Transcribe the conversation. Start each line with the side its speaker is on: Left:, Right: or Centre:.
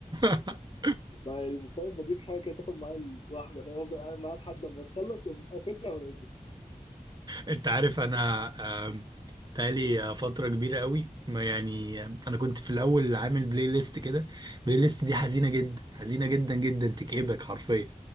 Right: <laughs>
Left: بقى يعني فاهم بجيب حاجة كده تاخد معايا الواحدة فأفضل قاعد معاها لحد ما تخلص وأقوم قافلها ونازل
Right: انت عارف انا آم، بقالي فتره كبيره قوي ما يعني آم، انا كنت في الاول عامل بلاي ليست كده البلاي ليست دي حزينه جدا حزينه جدا جدا تكئبك حرفيا